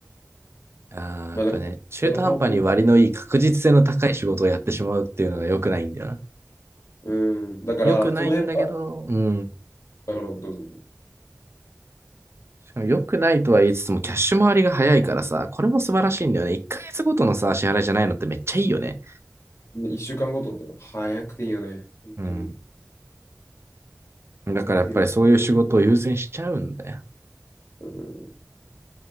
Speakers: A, on the right; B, on the left.
A: あーやっぱね、
B: まあだから、
A: 中途半端に割のいい確実性の高い仕事をやってしまうっていうのが良くないんだよな。
B: それもポ、うん、だから、
A: 良くないんだけど、
B: その辺、あ、
A: うん。
B: あのどうぞどうぞ。
A: しかも良くないとは言いつつも、キャッシュ回りが早いからさ、これも素晴らしいんだよね。1ヶ月ごとのさ、支払いじゃないのってめっちゃいいよね。
B: ね一週間ごとってのは早くていいよね。本当に。
A: うん。だからやっぱりそういう仕事を優先しちゃうんだよ。
B: ありがてえわ。うん。